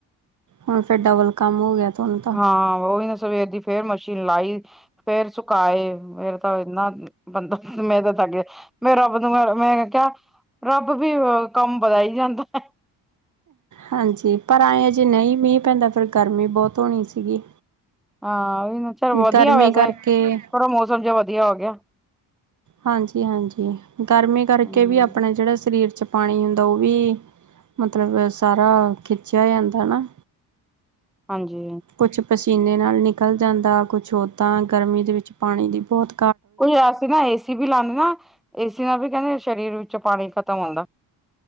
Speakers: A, on the right (about 50°); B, in the centre.
A: ਹੁਣ ਫੇਰ ਡਬਲ ਕੰਮ ਹੋ ਗਿਆ ਤੁਆਨੂੰ
B: ਹਾਂ ਔਈ ਨਾ, ਸਵੇਰ ਦੀ ਫੇਰ ਮਸ਼ੀਨ ਲਾਈ, ਫੇਰ ਸੁਕਾਏ, ਫੇਰ ਤਾਂ ਏਨਾ ਬੰਦਾ ਮੈਂ ਤਾਂ ਥਕ ਗਯਾ, ਮੈਂ ਰੱਬ ਨੂੰ ਮੈਂ, ਮੈਂ ਕਿਆ ਰੱਬ ਵੀ ਅ ਕੰਮ ਵਦਾਈ ਜਾਂਦੈ।
A: ਹਾਂਜੀ ਪਰ ਐਏਂ ਅਜੇ ਨਈ ਮੀਂ ਪੈਂਦਾ ਫਿਰ ਗਰਮੀ ਬੋਤ ਹੋਣੀ ਸੀਗੀ।
B: ਹਾਂ <unintelligible> 'ਚ ਵਧੀਆ
A: ਗਰਮੀ
B: ਵੈਸੇ,
A: ਕਰਕੇ
B: ਥੋੜਾ ਮੌਸਮ ਜਿਹਾ ਵਧੀਆ ਹੋ ਗਿਆ।
A: ਹਾਂਜੀ-ਹਾਂਜੀ ਗਰਮੀ ਕਰਕੇ
B: ਹੂੰ
A: ਵੀ ਅਪਨੇ ਜੜਾ ਸਰੀਰ 'ਚ ਪਾਣੀ ਹੁੰਦਾ ਔ ਵੀ ਮਤਲਬ ਸਾਰਾ ਖਿੱਚਿਆ ਜਾਂਦਾ ਨਾ।
B: ਹਾਂਜੀ।
A: ਕੁਛ ਪਸੀਨੇ ਨਾਲ ਨਿਕਲ ਜਾਂਦਾ, ਕੁਛ ਔਦਾਂ ਗਰਮੀ ਦੇ ਵਿੱਚ ਪਾਣੀ ਦੀ ਬੋਤ
B: ਕੁਝ ਅਸੀ ਨਾ ਏਸੀ ਵੀ ਲਾਂਦ ਨਾ, ਏਸੀ ਨਾਲ ਵੀ ਕੈਂਦੇ ਸਰੀਰ ਵਿੱਚੋਂ ਪਾਣੀ ਖਤਮ ਹੋਂਦਾ।